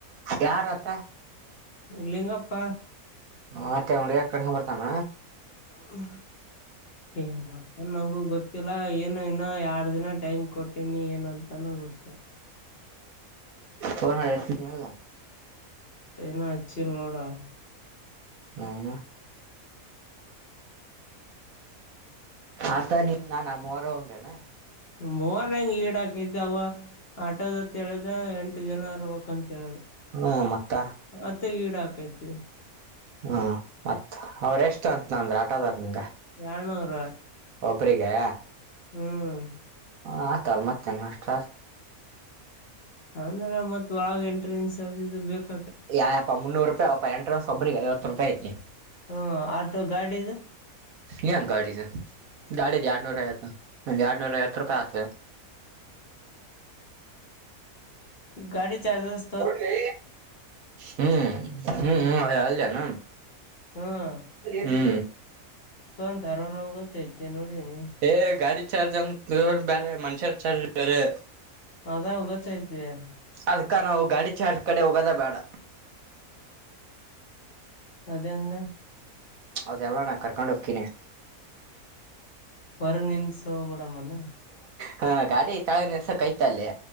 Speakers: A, on the right; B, on the left.
A: ಯ ರತಾ
B: ಲಿಂಗಪ್ಪ
A: ಹ್ತ್ತೆ ಮತ್ತೆ ಹೊಡೆಯೋಕೆ ಕರ್ಕೊಂಡು ಬರ್ತಾನ
B: ಹ ಏ ಮಾಡ್ತಾನ ನಂಗಗು ಗೊತ್ತಿಲ್ಲ ಏನು ಇನ್ನ ಎರಡ್ ದಿನ ಟೈಮ್ ಕೊಟ್ಟಿನಿ ಏನಂತಾನ ಗೊತ್ತ
A: ಫೋನ್ ಮಾಡಿ ಹರ್ತನಲ್ಲ
B: ನ ಹಚ್ಚಿಲ್ಲ ನೋಡಾ ಅವ
A: ಹಾ ಆತ ನಿನ್ ನನ್ಮ್ಮರಂದ್ರೇನಾ
B: ಮೋರಂಗ ಈಏಡಾ ಕೆತವಾ ಆಟೋದತ್ ಹೇಳ್ದ ಎಂಟು ಜನರ್ಬಕ್ ಅಂತ ಹೇಳ್ದ
A: ಹಾ ಮತ್ತ
B: ಮತ್ತ ಗೀಡ ಹಾಕೈತಿ
A: ಹ್ಮ ಮತ್ ಅವ್ರ ಎಷ್ಟು ಅಂತ ನಂದ್ರೆ ಆಟದಾರ್ ನಿಂಗ
B: ಎರಡು ನೂರ
A: ಒಬ್ರಿಗೆ
B: ಹ್ಮ್
A: ಹ ಆಯತಲ್ ಮತ್ತೆ ಮ ಅಷ್ಟ
B: ಅಂದ್ರ ಮತ್ ಒಳಗ ಎಂಟ್ರೆನ್ಸ್ ಅದುದು ಬೇಕು
A: ಯಪ್ಪ ಮುನ್ನೂರು ರೂಪಾಯಿ ಅಪ್ಪಾ ಎಂಟರ ಒಬ್ರಿಗೆ ಐವತ್ತು ರೂಪಾಯಿ ಐತಿ
B: ಹ್ಮ ಆಟೋ ಗಾಡಿದು.
A: ಯ ಗಾಡಿ ಗಾಡಿ ದ ಎರಡನೂರು ಐವತ್ತ. ಎರಡ್ನೂರ ಐವತ್ತು ರೂಪಾಯಿ ಹಾಕಿದೆ........
B: ಗಾಡಿ ಚಾಜ್ರಸ್.
A: ಕೂಡಲೇ........ ಹ್ಮ್ ಹ್ಮ್ ಹ್ಮ್ ಅಲ್ಲಿನು.
B: ಹ್ಮ್...
A: ಹ್ಮ..
B: ತೊಂತರ್ವಾ ನಮಗೆ ಗೊತ್ತೈತಿ ನೋಡನಿ.
A: ಏ ಗಾಡಿ ಚಾರ್ಜ್ ಅಂತ ಬೇರೆ ಮನ್ಷ್ಯ ಚಾರ್ಜ್ ಬೇರೆ.
B: ಅದಾ ಗೊತ್ತೈತಯಾ.
A: ಅದ್ಕ ನಾವು ಗಾಡಿ ಚಜ್ರ ಕಡೆ ಹೋಗೋದ ಬೇಡ.
B: ಅದಂಗ.
A: ಅದೆಲ್ಲಾ ನಾ ಕರ್ಕೊಂಡ್ ಹೋಗ್ತೀನಿ.
B: ಹೊರ್ ನಿಮಿಸ ಬಿಡ ಅನ್ನ.
A: ಹ ಗಾಡಿ ತಾಳಗನ್ಸ ಕೈತಲ್ಲೆ